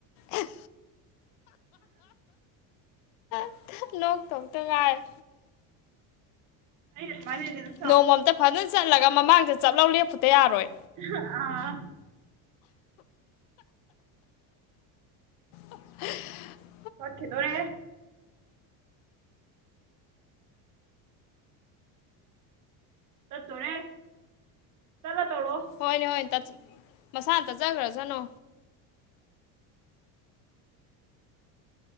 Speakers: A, on the left; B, on the right.
A: ꯑꯦ <unintelligible> ꯅꯣꯛꯇꯧꯇꯥ ꯉꯥꯏꯔꯦ
B: ꯑꯩ ꯑꯗꯨꯃꯥꯏꯟ <unintelligible>
A: ꯅꯣꯡꯃꯥ ꯑꯝꯇꯥ ꯐꯖꯅ ꯆꯠꯂꯒ ꯃꯃꯥꯡꯗ ꯆꯞ ꯂꯥꯎ ꯂꯦꯞꯄꯨꯗꯥ ꯌꯥꯔꯣꯏ
B: ꯑꯥ
A: <inaudible>
B: ꯇꯠꯈꯤꯗꯣꯔꯦꯍꯦ ꯆꯠꯇꯣꯔꯦ ꯇꯠꯂꯥ ꯇꯧꯔꯣ
A: ꯍꯣꯏꯅꯦ ꯍꯣꯏ ꯃꯁꯥꯅ ꯇꯠꯆꯈ꯭ꯔꯖꯅꯨ